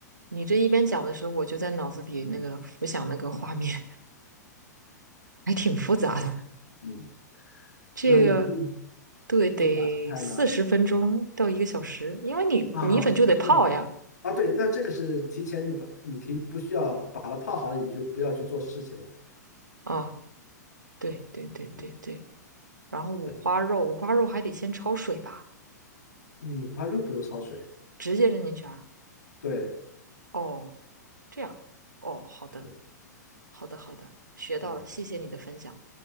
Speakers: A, on the right (about 80°); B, on the left (about 75°).
A: 你这一边讲的时候，我就在脑子里那个浮想那个画面，还挺复杂的。
B: 嗯，
A: 这个
B: 那你会
A: 对，得四十分钟到一个小时，
B: 做哪些菜呢？
A: 因为你米粉就得泡呀。
B: 啊，不需要啊，对，那这个是提前你把你可以不需要把它泡好了，你就不要去做事情了。
A: 啊，对对对对对，
B: 嗯，
A: 然后五花肉，
B: 对，
A: 五花肉还得先焯水吧，
B: 嗯，五花肉不用焯水，
A: 直接扔进去啊。
B: 对，
A: 哦，这样，哦，好的，
B: 是，
A: 好的，好的，学到了，
B: 嗯，
A: 谢谢你的分享。